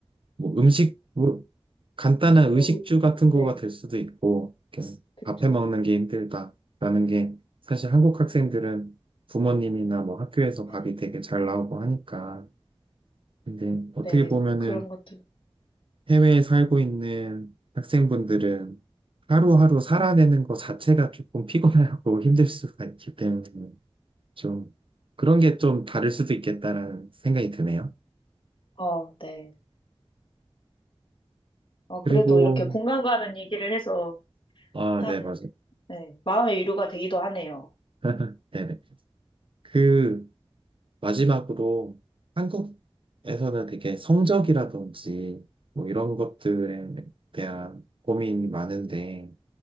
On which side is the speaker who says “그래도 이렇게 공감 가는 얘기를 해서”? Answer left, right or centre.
Left